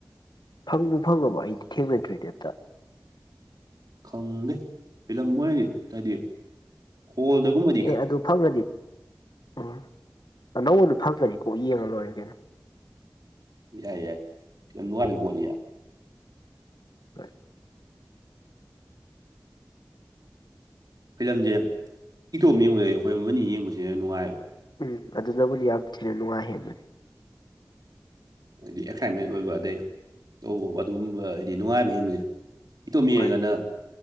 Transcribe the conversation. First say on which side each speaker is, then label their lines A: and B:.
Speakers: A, on the left; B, on the right.
A: ꯐꯪꯕꯨ ꯐꯪꯉꯕꯣ ꯑꯩꯗꯤ ꯊꯦꯡꯅꯗ꯭ꯔꯤꯅꯦ ꯑꯝꯇꯥ
B: ꯈꯪꯗꯦ ꯐꯤꯂꯝ ꯃꯣꯢ ꯍꯥꯏꯗꯤ ꯍꯣꯜꯗꯒꯨꯝꯕ
A: ꯑꯦ ꯑꯗꯨ ꯐꯪꯉꯗꯤ ꯎꯝ ꯑꯅꯧꯕꯗꯣ ꯐꯪꯉꯗꯤ ꯀꯣꯛ ꯌꯦꯡꯉ ꯂꯣꯏꯔꯦ ꯀꯩꯅꯣ
B: ꯌꯥꯏ ꯌꯥꯏ ꯌꯥꯝ ꯅꯨꯉꯥꯏꯗꯧ ꯄꯣꯠꯅꯤ
A: ꯍꯣꯏ
B: ꯐꯤꯂꯝꯁꯦ ꯏꯇꯣꯝ ꯌꯦꯡꯕꯗꯩ ꯑꯩꯈꯣꯏ ꯑꯃꯅꯤ ꯌꯦꯡꯕꯁꯤꯅ ꯅꯨꯡꯉꯥꯏꯕ
A: ꯎꯝ ꯑꯗꯨꯅꯕꯨꯗꯤ ꯌꯥꯝ ꯊꯤꯅ ꯅꯨꯡꯉꯥꯏ ꯍꯦꯟꯕꯅꯤ
B: ꯍꯥꯏꯗꯤ ꯑꯦꯛꯁꯥꯏꯠꯃꯦꯟ ꯑꯣꯏꯕ ꯑꯗꯩ ꯇꯧꯕ ꯑꯗꯨꯝꯕ ꯍꯥꯏꯗꯤ ꯅꯨꯡꯉꯥꯏꯕ ꯍꯦꯟꯕꯁꯦ ꯏꯇꯣꯝ ꯌꯦꯉꯒꯅ
A: ꯍꯣꯏ